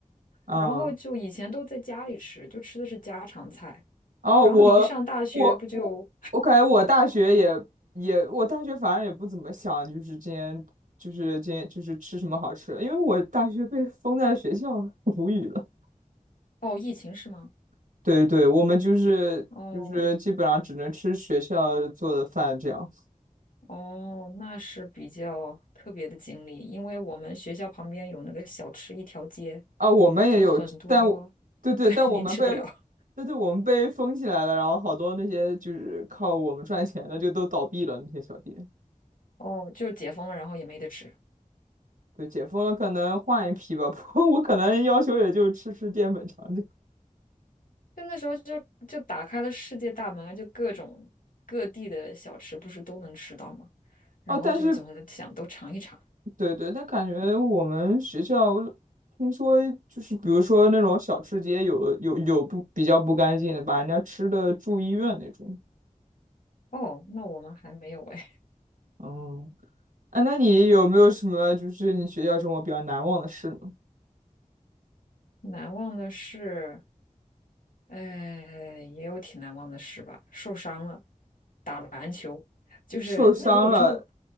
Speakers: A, on the right; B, on the left.
A: 嗯，
B: 然后就以前都在家里吃，就吃的是家常菜。
A: 后我我我我感觉我大学也也我大学反正也不怎么想，
B: 然后你一上大学不就，
A: 就是今天就是今天就是吃什么好吃的，因为我大学被封在学校，<laughs> 无语了。
B: <laughs> 哦，疫情是吗？
A: <laughs> 对对，我们就是就是基本上只能吃学校做的饭这样。
B: 哦哦，那是比较特别的经历，因为我们学校旁边有那个小吃一条街，
A: 啊，我们也有，
B: 就很多，
A: 但我对对，
B: <laughs> 对，
A: 但我们被，
B: 您吃不了。
A: 对对，我们被封起来了，然后好多那些就是靠我们赚钱的就都倒闭了，那些小店，
B: 哦，就解封了，然后也没得吃。
A: 对，解封了可能换一批吧，<laughs> 不过我可能要求也就吃吃淀粉肠这个。
B: 就那时候就就打开了世界大门啊，就各种各地的小吃不是都能吃到吗？然后就怎么想都尝一尝。
A: 哦，但是对对，但感觉我们学校听说就是比如说那种小吃街有有有不比较不干净的，把人家吃的住医院那种。
B: 哦，那我们还没有哎，
A: 嗯，啊，那你有没有什么就是你学校生活比较难忘的事呢？
B: <laughs> 难忘的事，呃，也有挺难忘的事吧。受伤了，打篮球，就是那时候有个什么
A: 受伤了